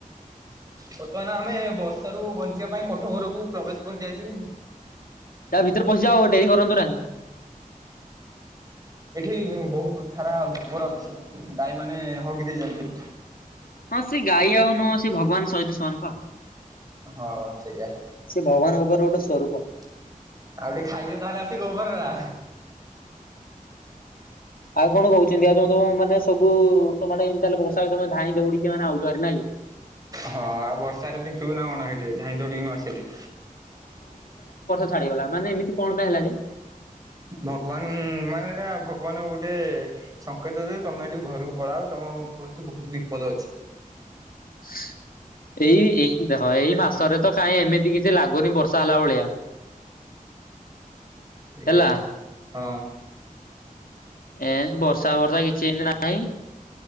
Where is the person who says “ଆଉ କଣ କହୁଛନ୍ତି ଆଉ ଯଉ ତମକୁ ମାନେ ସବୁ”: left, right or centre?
Left